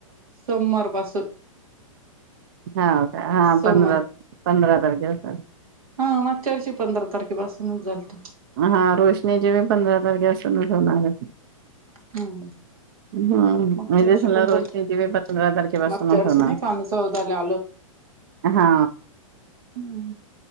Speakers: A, on the right; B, on the right.
A: सोमवार पासून.
B: हा का हा
A: सोमवार
B: पंधरा पंधरा तारखे पासून.
A: हा मागच्यावर्षी पंधरा तारखेपासूनच झालती.
B: हा रोशनीची बी पंधरा तारखे असूनच होणारय.
A: हम्म
B: हम्म
A: मागच्या
B: मजे
A: वर्षी
B: झाला
A: पण
B: रोशनीचीबी
A: पंधरा
B: पंधरा तारखे पासन
A: मागच्या वर्षी
B: होणार.
A: नाही का आम्ही चौदाला
B: हा
A: हम्म